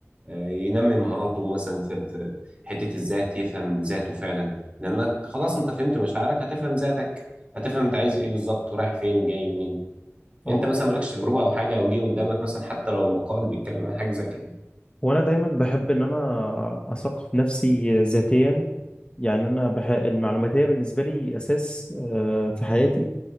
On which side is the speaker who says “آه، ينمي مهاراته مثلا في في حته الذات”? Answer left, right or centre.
Right